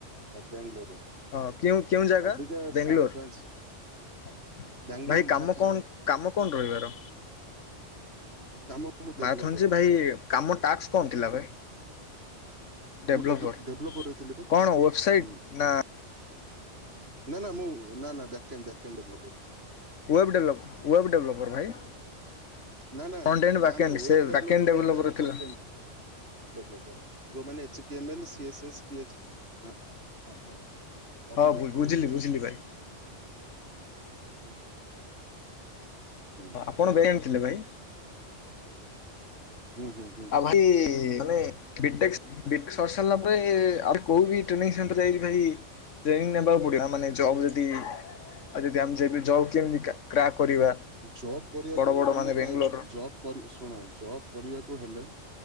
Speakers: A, on the right; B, on the left.
A: ବାଙ୍ଗାଲୋରରେ।
B: ହଁ କେଉଁ କେଉଁ ଜାଗା?
A: ଅବିକା
B: ବେଙ୍ଗଲୋର।
A: ସାଢେ ପାଞ୍ଚ ବାଙ୍ଗାଲୋର
B: ଭାଇ
A: ମାରାଥାଲିରେ
B: କାମ କଣ,
A: ଥିଲି।
B: କାମ କଣ ରହିବ ଆର?
A: କାମ ମୁଁ ଡେଭଲପ୍
B: ମାରାଥନ
A: କରେଇଥିଲି
B: ଯେ ଭାଇ, କାମ ଟାସ୍କ କଣ ଥିଲା ଭାଇ? ଡେଭଲପର
A: ମୁଁ ଡେଭଲପ-ଡେଭଲପରରେ ଥିଲି ବା। ହୁଁ।
B: କଣ ୱେବସାଇଟ୍ ନା
A: ନା ନା ମୁଁ ନା ନା ବ୍ୟାକେଣ୍ଡ ବ୍ୟାକେଣ୍ଡ <unintelligible>
B: ୱେବ ଡେବ୍ଲଭ ୱେବ ଡେଭଲପର ଭାଇ।
A: ନା-ନା-ନା-ନା
B: ଫ୍ରଣ୍ଟ ଏଣ୍ଡ ବ୍ୟାକ୍ ଏଣ୍ଡ
A: ୱେବ
B: ସେ
A: ଡେଭଲପର
B: ବ୍ୟାକ୍ ଏଣ୍ଡ
A: ହଉଛି
B: ଥିଲା।
A: ଫଣ୍ଟେଣ୍ଟ ଡେଭଲପର। ଯୋଉମାନେ H T M L, C S S, P H ହ-ହ-ହଁ ଅବିକା
B: ହଁ ବୁଝିଲି ବୁଝିଲି ଭାଇ
A: <unintelligible> <unintelligible>
B: ଆପଣ <unintelligible> ଆଣିଥିଲେ ଭାଇ।
A: ହୁଁ-ହୁଁ-ହୁଁ।
B: ଆଉ ଭାଇ ମାନେ ବିଟେକ୍ ବିଟେ ସରିସାରିଲା ପରେ, ଆଉ କୋଉ ବି ଟ୍ରେନିଂ ସେଣ୍ଟର୍ ଯାଇକି ଭାଇ ଟ୍ରେନିଂ ନେବାକୁ ପଡିବ। ମାନେ ଜବ୍ ଯେତିକି ଆଉ ଯଦି ଆମେ <unintelligible> ଜବ କେମିତି କ୍ରା-କ୍ରାକ୍ କରିବା
A: ଜବ୍ କରିବାକୁ
B: ବଡ଼
A: ହେଲେ
B: ବଡ଼
A: ତମ
B: ମାନେ ବେଙ୍ଗଲୋରର।
A: ପାଇଁ ଜବ୍ କରି ଶୁଣ ଜବ୍ କରିବାକୁ ହେଲେ,